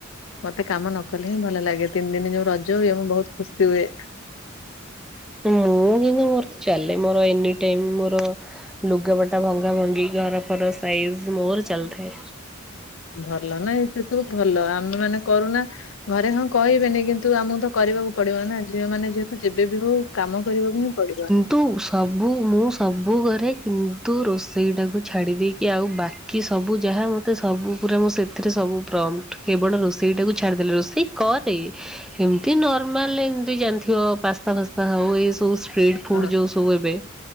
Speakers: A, on the left (about 80°); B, in the centre.
A: ମତେ କାମ ନ କଲେ ହିଁ ଭଲ ଲାଗେ ତିନି ଦିନ ଯୋଉ ରଜ ହୁଏ ମୁ ବହୁତ ଖୁସି ହୁଏ।
B: ମୁଁ କିନ୍ତୁ ମୋର ଚାଲେ ମୋର ଏନି ଟାଇମ ମୋର ଲୁଗାପଟା ଭଙ୍ଗା ଭଙ୍ଗି ଘର ଫର ସାଇଜ୍ ମୋର ଚାଲିଥାଏ।
A: ଭଲ ନାଇଁ ସେ ସବୁ ଭଲ ଆମେ ମାନେ କରୁନା ଘରେ ହଁ କହିବେନି କିନ୍ତୁ ଆମକୁ ତ କରିବାକୁ ପଡିବ ନା ଝିଅମାନେ ଯେହେତୁ ଯେବେ ବିି ହଉ କାମ କରିବାକୁ ହିଁ ପଡିବ।
B: ତୁ ସବୁ ମୁଁ ସବୁ କରେ କିନ୍ତୁ ରୋଷେଇଟାକୁ ଛାଡ଼ି ଦେଇେକି ଆଉ ବାକ କି ସବୁ ଯାହା ମୋତେ ସବୁ ପୁରା ମୋ ସେଥିରେ ସବୁ ପ୍ରମ୍ପ୍ଟ କେବଳ ରୋଷେଇଟାକୁ ଛାଡ଼ିଦେଲେ ରୋଷେଇ କରେ ଏମତି ନର୍ମାଲ ଏମତି ଜାଣିଥିବ ପାସ୍ତା ଫାସ୍ ସ୍ତା ହଉ ଏ ସବୁ ଷ୍ଟ୍ରିଟ୍ ଫୁଡ
A: ହଁ
B: ଯୋଉ ସବୁ ଏବେ